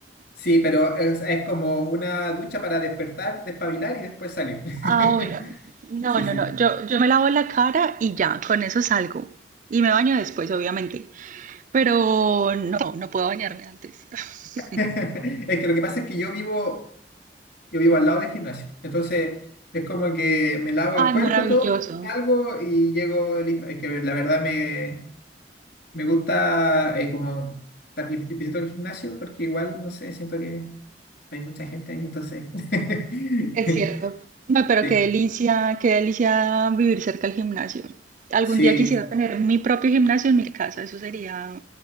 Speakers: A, on the left; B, on the right.
A: Sí, pero es, es como una ducha para despertar, despabilar y después salir. <laughs>
B: Ah, bueno. No,
A: Sí,
B: no,
A: sí.
B: no. Yo, yo me lavo la cara y ya, con eso salgo. Y me baño después, obviamente. Pero no, no puedo bañarme antes. <laughs>
A: <laughs> Es que lo que pasa es que yo vivo, yo vivo al lado del gimnasio. Entonces, es como que me lavo el
B: Ay,
A: cuerpo
B: maravilloso.
A: todo, salgo y llego listo. Es que la verdad me, me gusta eh, como estar bien visito el gimnasio porque igual, no sé, siento que hay mucha gente ahí. Entonces, <laughs>
B: Es cierto. No, pero
A: sí,
B: qué delicia, qué delicia vivir cerca del gimnasio. Algún
A: sí,
B: día quisiera tener mi propio gimnasio en mi casa, eso sería